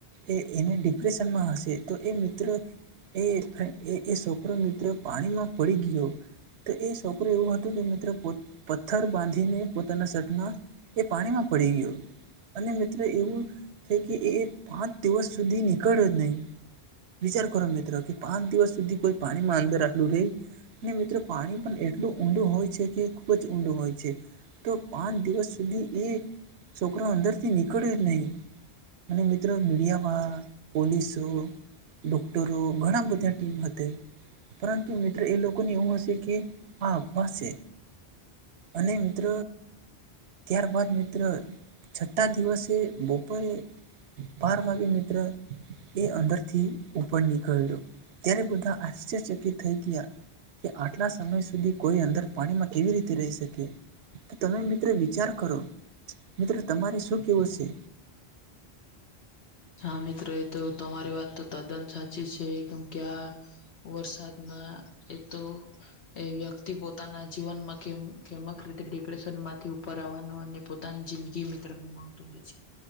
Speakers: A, on the right; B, on the left.
A: એ એને ડિપ્રેશનમાં હશે તો એ મિત્ર એ એ છોકરો મિત્ર પાણીમાં પડી ગયો, તો એ છોકરો એવું હતું કે મિત્ર પથ્થર બાંધીને પોતાના સપના એ પાણીમાં પડી ગયુ અને મિત્ર એવું છે કે એ પાંચ દિવસ સુધી નીકળ્યો જ નહીં, વિચાર કરો મિત્ર કે પાંચ દિવસ સુધી કોઈ પાણીમાં અંદર આટલું રહે. ને મિત્રો પાણી પણ એટલું ઊંડું હોય છે કે ખુબ જ ઊંડું હોય છે. તો પાંચ દિવસ સુધી એ છોકરાઓ અંદરથી નીકળ્યો નહી અને મિત્રો મીડિયામાં પોલીસો ડોક્ટરો ઘણા બધા ટીમ હતી તે પરંતુ મિત્ર એ લોકોને એવું હશે કે આ અફવા છે. અને મિત્ર ત્યારબાદ મિત્ર છઠ્ઠા દિવસે બપોરે બાર વાગે મિત્ર એ અંદર થી ઉપર નીકળ્યો ત્યારે બધા આશ્ચર્ય ચકિત થઈ ગયા કે આટલા સમય સુધી કોઈ અંદર પાણીમાં કેવી રીતે રહી શકે તો તમે મિત્રો વિચાર કરો મિત્રો તમારે શું કેવું છે.
B: હા મિત્ર એ તો તમારી વાત તો તદ્દન સાચી છે કેમ કે આ વરસાદ ના એ તો એ વ્યક્તિ પોતાના જ જીવનમાં કે કેમક રીતે ડિપ્રેશનમાંથી ઉપર આવવાનું અને પોતાની જિંદગી મિત્ર મહત્વનું હોય છે